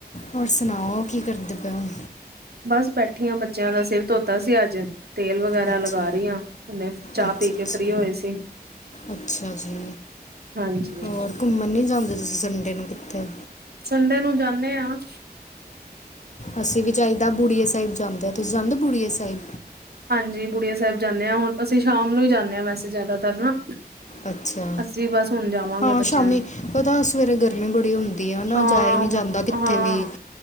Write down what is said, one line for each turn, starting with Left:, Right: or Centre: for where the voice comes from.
Left: ਹੋਰ ਸੁਣਾਓ ਕੀ ਕਰਦੇ ਪਏ ਹੁਣ?
Right: ਬਸ ਬੈਠੀ ਹਾਂ, ਬੱਚਿਆਂ ਦਾ ਸਿਰ ਧੋਤਾ ਸੀ ਅੱਜ ਤੇਲ ਵਗੈਰਾ
Left: ਅੱਛਾ
Right: ਲਗਾ ਰਹੀ ਹਾਂ, ਉਹਨੇ ਚਾਹ
Left: ਅੱਛਾ
Right: ਪੀ ਕੇ
Left: ਅੱਛਾ
Right: ਫ੍ਰਰੀ ਹੋਏ ਸੀ।
Left: ਅੱਛਾ ਜੀ,
Right: ਹਾਂਜੀ
Left: ਹੋਰ ਘੁੰਮਣ ਨਹੀਂ ਜਾਂਦੇ ਤੁਸੀਂ ਸੰਡੇ ਨੂੰ ਕਿੱਤੇ?
Right: ਸੰਡੇ ਨੂੰ ਜਾਦੇ ਹਾਂ।
Left: ਅਸੀ ਵੀ ਜਾਹੀਦਾ ਬੁੜੀਏ ਸਾਹਿਬ ਜਾਦੇ ਆ, ਤੁਸੀ ਜਾਦੇ ਹੋ ਬੁੜੀਏ ਸਾਹਿਬ?
Right: ਹਾਂਜੀ ਬੁੜੀਆ ਸਾਹਿਬ ਜਾਦੇ ਹਾਂ, ਹੁਣ ਅਸੀ ਸ਼ਾਮ ਨੂੰ ਹੀ ਜਾਦੇ ਹਾਂ ਵੈਸੇ ਜਿਆਦਾਤਰ ਨਾ
Left: ਅੱਛਾ,
Right: ਅਸੀਂ ਬਸ ਹੁਣ ਜਾਵਾਂਗੇ
Left: ਹਾਂ ਸ਼ਾਮੀ
Right: ਬੱਚਿਆਂ ਨੂੰ
Left: ਪਤਾ ਸਵੇਰੇ ਗਰਮੀ ਬੜੀ ਹੁੰਦੀ। ਨਾ
Right: ਹਾਂ
Left: ਜਾਇਆ ਹੀ ਨਹੀ
Right: ਹੁਣ
Left: ਜਾਦਾ ਕਿਥੇ
Right: ਹਾਂ
Left: ਵੀ